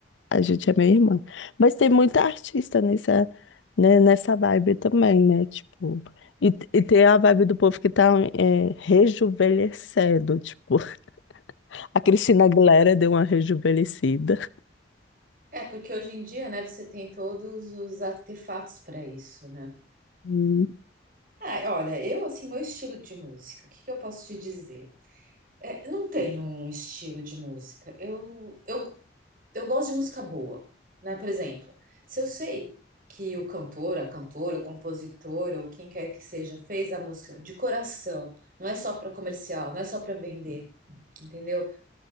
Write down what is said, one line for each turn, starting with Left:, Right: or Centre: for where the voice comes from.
Left: A gente é meio irmã. Mas tem muita artista nessa, né, nessa vibe também, né? Tipo, e, e tem a vibe do povo que tá é, rejuvenescendo. Tipo, <laughs> a Cristina Aguilera deu uma rejuvenescida.
Right: É, porque hoje em dia, né, você tem todos os artefatos para isso, né?
Left: Hum.
Right: ah olha, eu, assim, meu estilo de música, o que que eu posso te dizer? É, não tenho um estilo de música. Eu, eu, eu gosto de música boa, né? Por exemplo, se eu sei que o cantor, a cantora, o compositor, ou quem quer que seja, fez a música de coração, não é só para comercial, não é só para vender, entendeu?